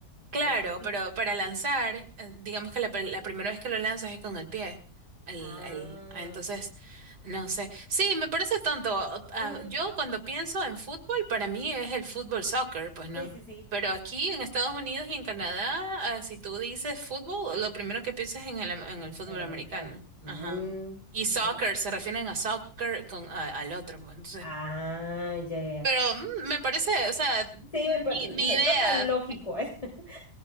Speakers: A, on the right; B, on the left.
A: Claro,
B: O, o sí.
A: pero para lanzar, eh, digamos que la, pr- la primera vez que lo lanzas es con el pie. El,
B: Ah.
A: el- ah, entonces, no sé. Sí, me parece tonto. Ah,
B: ujú,
A: yo cuando pienso en fútbol, para mí es el fútbol soccer, pues no.
B: Sí, sí, sí.
A: Pero aquí en Estados Unidos y en Canadá, ah, si tú dices fútbol, lo primero que piensas es en el, am- en el fútbol
B: El americano.
A: americano.
B: Mm,
A: Ajá. Y
B: Mira.
A: soccer, se refieren a soccer con, a- al otro, pues.
B: Ah, ya, ya. ya.
A: Pero mm, me parece, o sea,
B: Sí,
A: ni,
B: me par- no,
A: ni idea.
B: no tan lógico. <laughs>